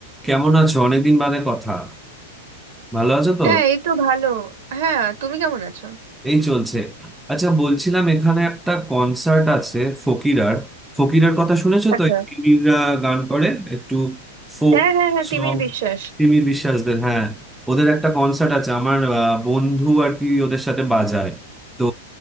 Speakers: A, in the centre; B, on the right.
A: কেমন আছো অনেকদিন বাদে কথা ভালো আছো তো
B: হ্যাঁ এই তো ভালো হ্যাঁ তুমি কেমন আছো
A: এই চলছে আচ্ছা বলছিলাম এখানে একটা কনসার্ট আছে ফকিরার ফকিরার কথা শুনেছো
B: আচ্ছা
A: তো এই তিমিররা গান করে একটু ফোক
B: হ্যাঁ হ্যাঁ হ্যাঁ
A: সং
B: তিমির বিশ্বাস
A: তিমির বিশ্বাসদের হ্যাঁ ওদের একটা কনসার্ট আছে আমার আহ, বন্ধু আর কি ওদের সাথে বাজায় তো